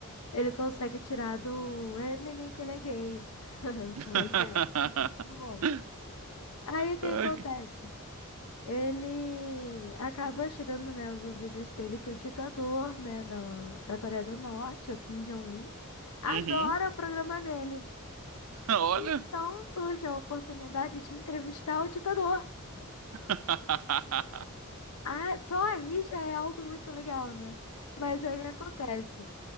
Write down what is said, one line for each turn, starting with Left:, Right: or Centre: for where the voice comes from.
Left: ele consegue tirar do Eminem que ele é gay. <laughs>
Right: <laughs>
Left: Um exemplo. Muito bom. Aí o que
Right: Ai,
Left: acontece? Ele acaba chegando, né, aos ouvidos dele que o ditador, né, da, da Coreia do Norte, o Kim Jong-un, adora
Right: Uhum.
Left: o programa dele.
Right: <laughs> Olha.
Left: Então surge a oportunidade de entrevistar o ditador.
Right: <laughs>
Left: Ah, só aí já é algo muito legal, né? Mas aí o que acontece?